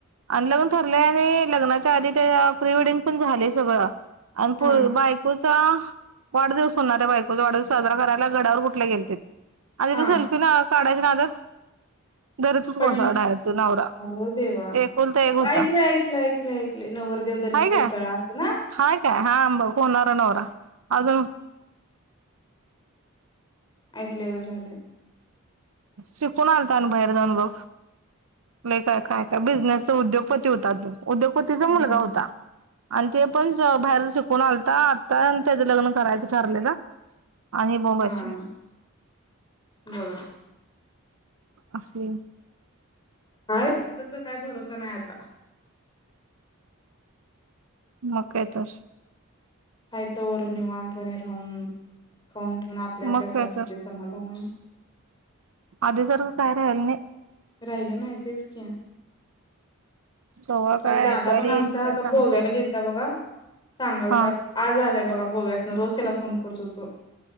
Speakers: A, on the right; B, on the left.
A: आणि लग्न ठरलंय आणि लग्नाच्या आधी त्या प्रीवेडिंग पण झाले सगळं. आण
B: हां
A: पू बायकूच चा वाढदिवस होणाऱ्या बायकोचा वाढदिवस साजरा करायला गड्यावर कुठल्या गेलेते ते. आ तिथ
B: हां
A: सेल्फीला ना काढायच नादात. दरीतच
B: पडला
A: कोसळला डायरेक्ट तो नवरा.
B: अरे देवा!
A: एकुलता एक होता
B: ऐकलंय ऐकलं ऐकलं ऐकलं नवर देवदरीत
A: हाय
B: कोसळा
A: काय
B: अस ना.
A: हाय काय हा ब होणारा नवरा अजून
B: ऐकल्या गत झालंय.
A: शिकून आलता आण बाहेर जाऊ तो लई काय काय. बिझनेसचा उद्योगपती होता तो द्योगपतीचा मुलगा
B: हं हं हं.
A: होता आणि ते पण बाहेर शिकून आलता आता त्याचं लग्न करायचं ठरलेलं. आणि बोंबाची
B: हम्म बघा.
A: असली.
B: काय त काय भरोसा नाही आता.
A: म काय तर.
B: हाय तवर निवांतवाणी राहून खाऊन पिऊन आपल्या
A: मग
B: आपल्या घरात
A: काय
B: सुखी
A: तर
B: समाधानान
A: आधी सारखं काय राहिलं नाही.
B: राहिलं नाही तेच की.
A: कव्हा काय
B: आता दादा
A: ऐकवायला
B: पण
A: येईल
B: आमचा
A: काय
B: आता
A: सांगता
B: गोव्याला
A: येत नाही
B: गेलता बघा. सांगलता
A: हा
B: आज आलाय बघा. गोव्यासन रोज त्याला फोन करत होतो